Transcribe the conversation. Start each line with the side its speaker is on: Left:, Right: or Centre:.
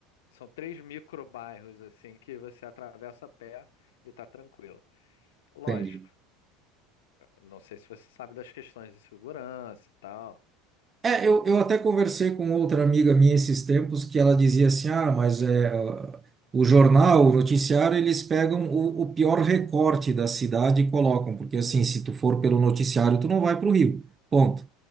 Left: São três microbairros assim que você atravessa a pé e tá tranquilo. Lógico,
Right: Entendi.
Left: não sei se você sabe das questões de segurança e tal. Você-
Right: É, eu, eu até conversei com outra amiga minha esses tempos que ela dizia assim, ah, mas é, ó, o jornal, o noticiário, eles pegam o, o pior recorte da cidade e colocam, porque assim, se tu for pelo noticiário, tu não vai para o Rio, ponto.